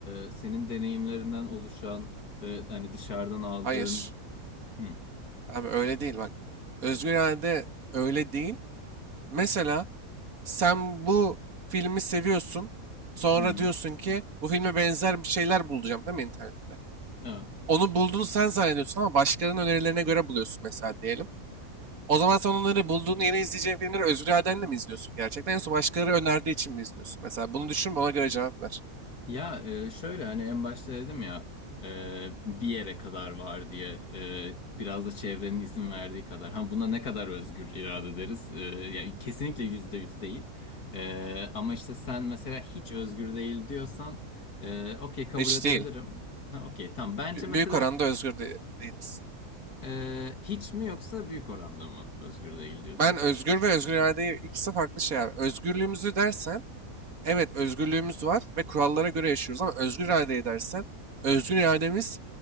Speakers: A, on the left; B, on the right.
A: e, senin deneyimlerinden oluşan ve hani dışarıdan aldığın
B: Hayır.
A: Hmm.
B: Abi öyle değil bak. Özgür irade öyle değil. Mesela sen bu filmi seviyorsun. Sonra
A: Hmm.
B: diyorsun ki bu filme benzer bir şeyler bulacağım değil mi internette?
A: Evet.
B: Onu bulduğunu sen zannediyorsun ama başkalarının önerilerine göre buluyorsun mesela diyelim. O zaman sen onları bulduğun yeni izleyeceğin filmleri özgür iradenle mi izliyorsun gerçekten yoksa başkaları önerdiği için mi izliyorsun? Mesela bunu düşün ona göre cevap ver.
A: Ya e, şöyle hani en başta dedim ya e, bir yere kadar var diye e, biraz da çevrenin izin verdiği kadar. Ha buna ne kadar özgür irade deriz? E, ya kesinlikle yüzde yüz değil. E, ama işte sen mesela hiç özgür değil diyorsan e, okey kabul
B: Hiç
A: edebilirim.
B: değil.
A: Ha, okey tamam. Bence
B: Büyük
A: mesela
B: oranda özgür de- değiliz.
A: Ee, hiç mi yoksa büyük oranda mı özgür değil diyorsun?
B: Ben özgür ve özgür irade ikisi farklı şeyler. Özgürlüğümüzü dersen evet özgürlüğümüz var ve kurallara göre yaşıyoruz ama özgür iradeyi dersen özgür irademiz